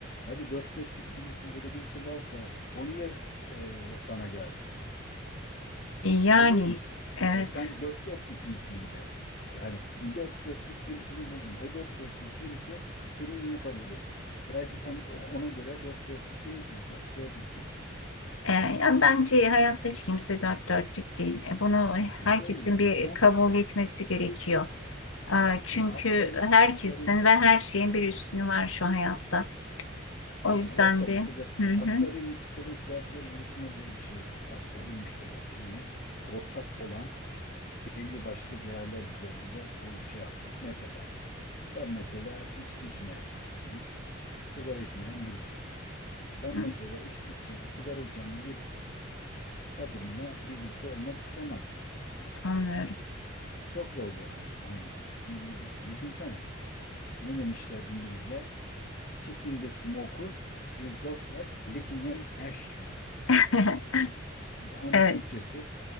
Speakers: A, on the left; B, on the left.
A: hadi dört dörtlük birisi öyle birisi varsa o niye e, sana gelsin?
B: <laughs> yani
A: Öyle değil mi?
B: evet.
A: E, sen dört dörtlük müsün bir de. Yani şimdi dört dörtlük birisini buldun. O dört dörtlük birisi seni niye kabul etsin? Belki sen o- ona göre dört dörtlük değilsin sen. Dört üçlüksün.
B: E, yani bence hayatta hiç kimse dört dörtlük değil. E, bunu
A: Yani
B: herkesin
A: değil zaten.
B: bir kabul etmesi gerekiyor. E, çünkü
A: Yani asgari,
B: herkesin
A: asgari
B: ve her şeyin bir üstünü var şu hayatta. O yüzden
A: ya var tabii
B: de
A: ki de
B: hı hı,
A: asgari müştereklerde buluşma diye bir şey var. Asgari müşterek yani ortak olan belli başlı değerler üzerinde o şey yapmak. Mesela ben mesela içki içmeyen birisiyim. Sigara içmeyen birisiyim. Ben
B: hı,
A: mesela içki içen, sigara içen bir kadınla birlikte olmak istemem.
B: anlıyorum.
A: Çok zor yani. Hani hmm, düşünsene. Ne demişler İngilizler? Kissing a smoker is just like licking an ashtray.
B: <laughs>
A: Yani
B: Evet.
A: Türkçesi,